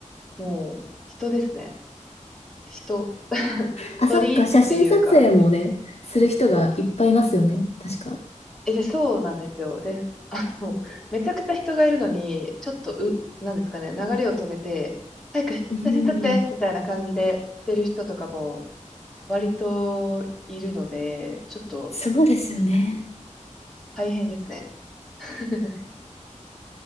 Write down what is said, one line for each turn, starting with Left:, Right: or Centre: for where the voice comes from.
Centre: もう人ですね。人。<laughs>
Left: あ、
Centre: 鳥居っていうか、
Left: そっか、写真撮影もね、する人がいっぱいいますよね。確か。
Centre: え、で、そうなんですよ。です。<laughs> あの、めちゃくちゃ人がいるのに、ちょっと、う、なんですかね、流れを止めて、早く写真撮ってみたいな感じでしてる人とかも、
Left: うんうん。
Centre: 割といるので、ちょっと
Left: そうですよね。
Centre: 大変ですね。<laughs>